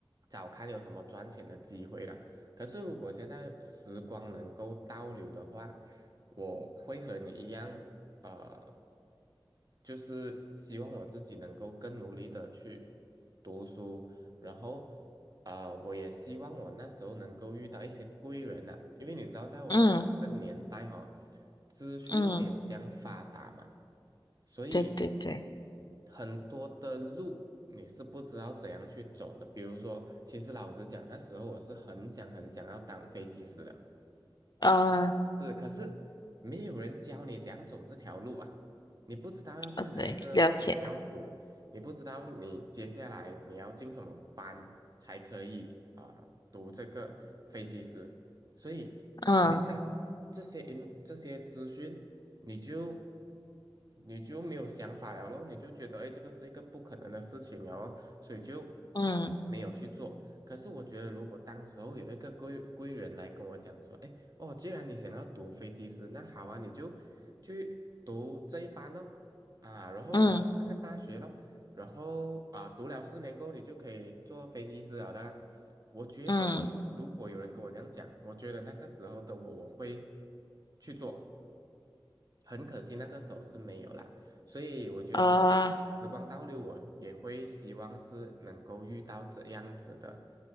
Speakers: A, on the right; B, on the left.
A: 找看有什么赚钱的机会了。可是如果现在时光能够倒流的话，我会和你一样。呃，就是希望我自己能够更努力的去读书，然后啊、呃我也希望我那时候能够遇到一些贵人呐、因为你知道，在我们的年代哈、
B: 嗯
A: 资讯没有这样发达嘛，
B: 嗯，
A: 所以
B: 对对对，
A: 很多的路你是不知道怎样去走的。比如说，其实老实讲，那时候我是很想很想要当飞机师的。
B: 啊、
A: 是，可是没有人教你怎样走这条路啊！你不知道要去哪一个学校读，
B: 呃，对，了解，
A: 你不知道你接下来你要进什么班才可以啊、呃读这个飞机师，所以没到
B: 嗯
A: 这些因这些资讯，你就你就没有想法了咯，你就觉得哎，诶这个是一个不可能的事情了哦，所以就
B: 嗯
A: 没有去做。可是我觉得，如果当时候有一个贵贵人来跟我讲说，哎。哦，既然你想要读飞机师，那好啊，你就去读这一班咯，啊，然后你上这个大学咯，
B: 嗯
A: 然后啊，读了四年过后，你就可以做飞机师了的啦。我觉得我如果有人跟我这样讲，
B: 嗯，
A: 我觉得那个时候的我，我会去做。很可惜那个时候是没有啦，所以我觉得
B: 啊、
A: 时光倒流，我也会希望是能够遇到这样子的